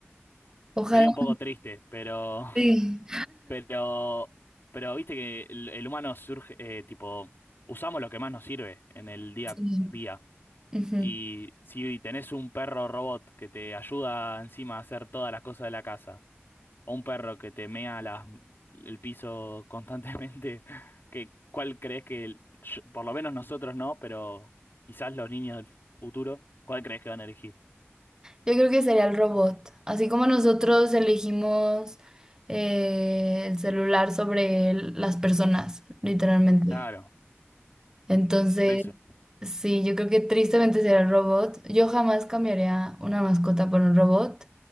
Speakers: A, on the right; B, on the left.
A: ojalá.
B: Sería un poco triste, pero, <laughs>
A: Sí,
B: pero, pero viste que el, el humano surge, eh, tipo, usamos lo que más nos sirve en el día
A: sí.
B: a día.
A: ujú.
B: Y si tenés un perro robot que te ayuda encima a hacer todas las cosas de la casa o un perro que te mea las- el piso constantemente, <laughs> que, ¿cuál crees que, el- yo- por lo menos nosotros no, pero quizás los niños del futuro, ¿cuál crees que van a elegir?
A: Yo creo que sería el robot. Así como nosotros elegimos eh, el celular sobre el- las personas, literalmente.
B: Claro,
A: Entonces,
B: por eso.
A: sí, yo creo que tristemente sería el robot. Yo jamás cambiaría una mascota por un robot.